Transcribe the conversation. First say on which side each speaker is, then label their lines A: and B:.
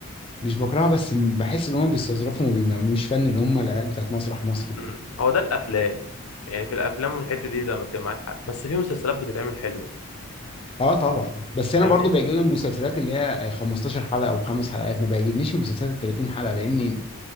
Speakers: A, on the left; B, on the left.
A: مش بكرهها بس بحس ان هم بيستظرفوا وما بيعملوش فن اللي هم العيال بتاعت مسرح مصر دي
B: امم هو ده الافلام يعني في الافلام والحته دي ده كان معاك حق بس في مسلسلات بتتعمل حلوه
A: اه طبعا بس انا
B: فاهمني
A: برضو بيعجبني المسلسلات اللي هي 15 حلقه او خمس حلقات ما بيعجبنيش المسلسلات ال 30 حلقه لاني